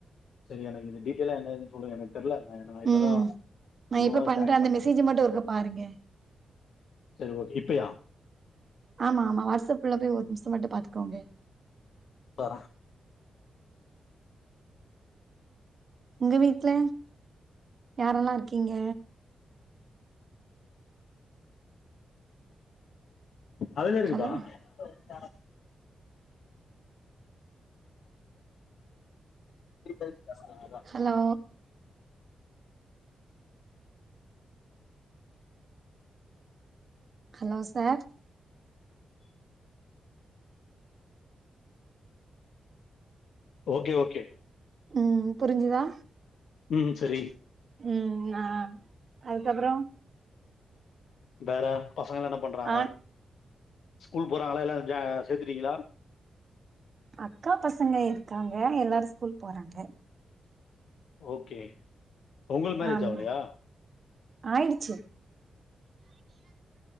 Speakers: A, on the left (about 75°); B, on the right (about 35°).
A: செரி எனக்கு இது டீடேல்லா என்ன எதுன்னு சொல்லுங்க எனக்கு தெர்ல நா நா இப்பதான்
B: ம் நா
A: நியூவா
B: இப்ப பண்ற
A: ஜாயின்
B: அந்த
A: பண்ண
B: மெசேஜ மட்டு ஒருக்கா பாருங்க
A: சரி ஓகேப் இப்பையா
B: ஆமா ஆமா வாட்ஸ்ஷப்ல குல்ல போய் ஒரு நிம்சோ மட்டும் பாத்துக்கோங்க
A: ப்பா
B: உங்க வீட்ல யாரெல்லா இருக்கீங்க
A: அதலெல்லா
B: ஹலோ
A: எதுக்குப்பா <inaudible> எதா சொன்னாதா
B: hello hello sir
A: okay okay
B: ம் புரிஞ்சுதா
A: ம் சரி
B: ம் நா அதுக்கப்பற
A: வேற பசங்களா என்ன பண்றாங்க
B: ஆ
A: ஸ்கூல் போறாங்களா எல்லா ஜா சேத்துட்டிங்களா
B: அக்கா பசங்க இருக்காங்க எல்லாரு ஸ்கூல் போறாங்க
A: ஓகே உங்களுக் மேரேஜ்
B: ஆம்
A: ஆவலையா
B: ஆயிடுச்சு